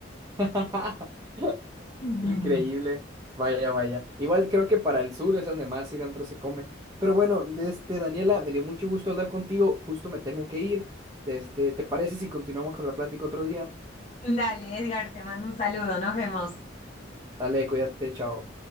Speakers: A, on the right; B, on the left.
A: <laughs>
B: <laughs>
A: Increíble. Vaya, vaya. Igual creo que para el sur es donde más cilantro se come. Pero bueno, de este Daniela, me dio mucho gusto hablar contigo. Justo me tengo que ir. Desde, ¿te parece si continuamos con la plática otro día?
B: Dale, Edgar, te mando un saludo, nos vemos.
A: Dale, cuídate, chao.